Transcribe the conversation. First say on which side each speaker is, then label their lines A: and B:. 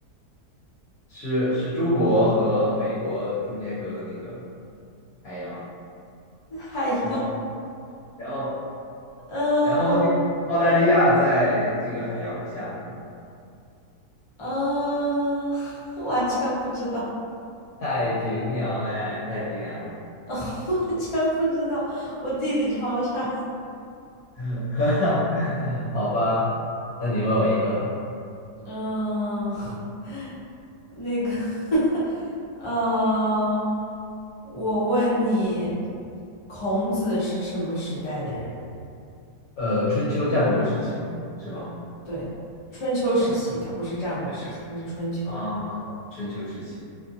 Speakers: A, on the left; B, on the left.
A: 是是中国和美国中间隔的那个海洋，
B: 海洋，
A: 然后然后
B: 嗯、
A: 然后那澳大利亚在这个海洋的下面，
B: 嗯、呃 <laughs> 完全不知道，
A: 太平洋哎，太平洋，
B: <laughs> 完全不知道，我地理超差。
A: <laughs> 好吧，那你问我一个，
B: 嗯、<laughs> 呃那个，<laughs> 嗯，我问你，孔子是什么时代的人？
A: 呃，春秋战国时期吗？是吧？
B: 对，春秋时期，
A: 嗯，
B: 他不是战国时期，
A: 春秋
B: 他是春秋。
A: 啊，春秋时期，